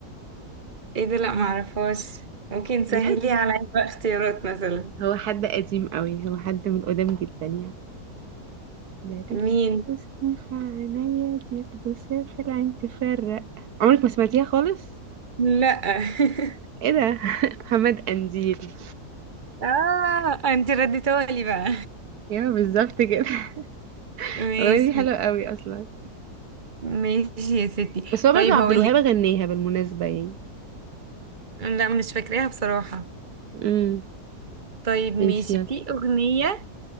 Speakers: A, on the right (about 30°); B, on the right (about 75°).
A: ايه ده لا معرفهاش ممكن سهليه
B: بجد
A: على بقى اختيارات مثلا
B: هو حد قديم قوي هو حد من قدام جدا يعني بلاش
A: مين
B: تبوسني في عينيا دي تبوسها في العين تفرق عمرك ما سمعتيها خالص
A: لا <laughs>
B: ايه ده <laughs> محمد قنديل
A: اه انت رديتها لي بقى
B: ايوه بالظبط كده <laughs>
A: <laughs> ماشي
B: الاغنيه دي حلوه قوي اصلا
A: ماشي يا ستي
B: بس هو برضه
A: طيب
B: عبد
A: هقول
B: الوهاب
A: لك
B: غناها بالمناسبه يعني
A: لا مش فاكراها بصراحة
B: امم
A: طيب ماشي
B: ماشي يلا
A: في أغنية